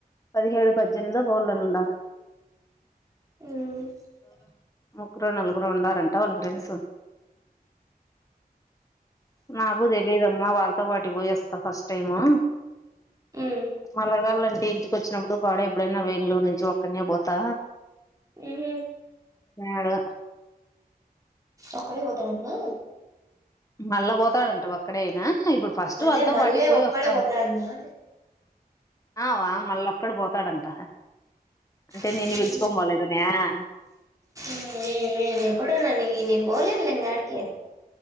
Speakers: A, on the left; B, on the right.
A: పదిహేడు పద్దెనిమిది పోవ్లుండ
B: మ్
A: ముగ్గురు నలుగురు ఉండారంట వాళ్ళ ఫ్రెండ్స్ నాకు తెలిదు మా వాళ్ళతో పాటు పోయేస్తా ఫస్ట్ టైము
B: ఉమ్
A: మళ్ళగళ్ ఇంటికి వచ్చినప్పుడు ఎప్పుడైనా బెంగళూరు నుంచి ఒక్కనే పోతా
B: మ్ హు
A: ఏేడు
B: ఒక్కడే పోతాడట్నా
A: మళ్ళా పోతాడంటా ఒక్కడే అయినా ఇప్పుడు ఫస్ట్
B: అదే
A: వాళ్ళతో
B: మళ్ళీ
A: పాటు పోయి
B: ఒక్కడే
A: వస్తా
B: పోతాడన్నా
A: ఆ వా మళ్ళ ఒక్కడు పోతాడంట అంటే
B: మ్
A: నిన్ను
B: హు
A: పిలుచుకొని పోలేదనే ఆ,
B: మ్ మ్ ఎప్పుడున్నా న నేను పోలేనులే యడికి